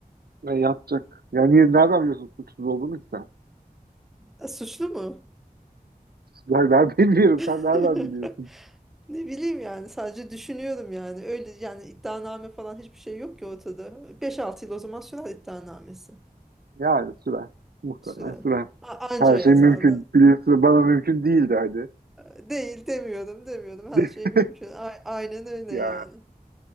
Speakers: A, on the right (about 85°); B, in the centre.
A: Yani yatacak. Yani niye, nereden biliyorsun suçsuz olduğunu ki sen?
B: E, suçlu mu?
A: Ben, ben bilmiyorum.
B: <laughs>
A: Sen nereden biliyorsun?
B: Ne bileyim yani sadece düşünüyorum yani. Öyle yani iddianame falan hiçbir şey yok ki ortada. Beş altı yıl o zaman sürer iddianamesi.
A: Yani sürer. Muhtemelen
B: Süre.
A: sürer.
B: A- Anca
A: Her şey
B: yazarlar.
A: mümkün. Biliyorsun bana mümkün değildi hadi.
B: E, Değil demiyorum demiyorum her
A: <laughs>
B: şey mümkün. A- aynen öyle
A: Ya
B: yani.